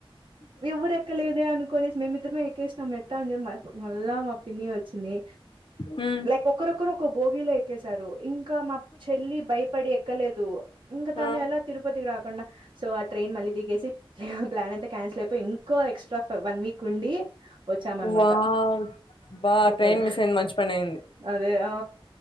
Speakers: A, on the right; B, on the left.
A: ఎవరు ఎక్కలేదే అనుకోనేసి మేమిద్దరమే ఎక్కేసినాం ఎట్టా అని చెప్పి మళ్ళ పిన్ని వచ్చింది
B: మ్మ్
A: లైక్ ఒకరు ఒకరు ఒక బోగిలో ఎక్కేసారు ఇం కా మా చెల్లి భయపడి ఎక్కలేదు ఇంకా
B: ఆ
A: తను ఎలా తిరుపతికి రాకుండా సో ఆ ట్రైన్ మళ్ళీ దిగేసి ప ప్లాన్ అంతా క్యాన్సిల్ అయిపోయి ఇంకో ఎక్స్ట్రా వన్ వీక్ ఉండి వచ్చామన్నమాట
B: వావ్ బా
A: సూపర్
B: ట్రైన్ మిస్ అయింది మంచి పని అయింది
A: అదే ఆ